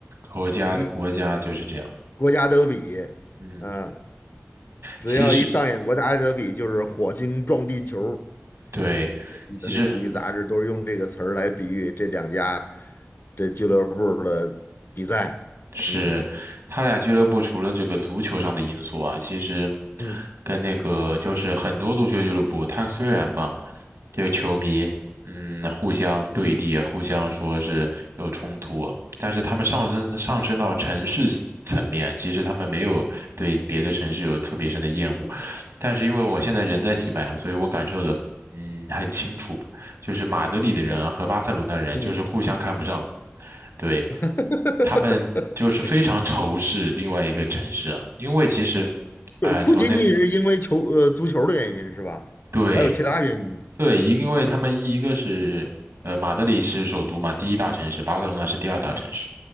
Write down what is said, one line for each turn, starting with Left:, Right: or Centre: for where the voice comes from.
Right: 国家的国家就是这样，
Left: 一国家德比，
Right: 嗯，
Left: 啊，只要一上演国家德比，
Right: 其实
Left: 就是火星撞地球。
Right: 对，
Left: 我记得那体育杂志都是用这个词儿来比喻这两家。
Right: 其实。
Left: 这俱乐部的比赛，
Right: 是他俩俱乐部除了这个足球上的因素啊，
Left: 嗯
Right: 其实
Left: 嗯
Right: 跟那个就是很多足球俱乐部，他虽然吧，这个球迷嗯互相对立啊，
Left: 嗯，
Right: 互相说是有冲突啊，但是他们上升上升到城市层面啊，其实他们没有对别的城市有特别深的厌恶，但是因为我现在人在西班牙，所以我感受的嗯很清楚吧就是马德里的人啊和巴塞罗那人就是互相看不上。
Left: 对吧？嗯，
Right: 对，
Left: <laughs>
Right: 他们就是非常仇视另外一个城市啊，因为其实，
Left: 就是不仅仅是因为球呃足球的原因是吧？
Right: 哎、从那个对
Left: 还有其他原因。
Right: 对，因为他们一个是呃马德里是首都嘛，第一大城市，巴塞罗那是第二大城市，
Left: 嗯